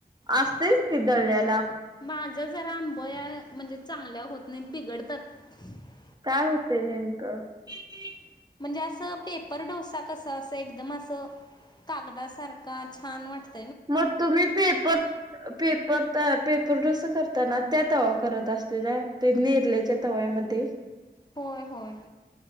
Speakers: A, on the right; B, on the left.
A: असतेयच की दळलेलं
B: माझ जरा आंबया म्हणजे चांगल्या होत नाही बिघडतात <inaudible>
A: काय होते नेमकं? <inaudible>
B: म्हणजे असं पेपर डोसा कसं असं एकदम असं कागदासारखा छान वाटत
A: मग तुम्ही पेपर पेपर पेपर डोसा करताना त्या तवा करत असलेला ते नेरल्याच्या तव्यामध्ये
B: होय होय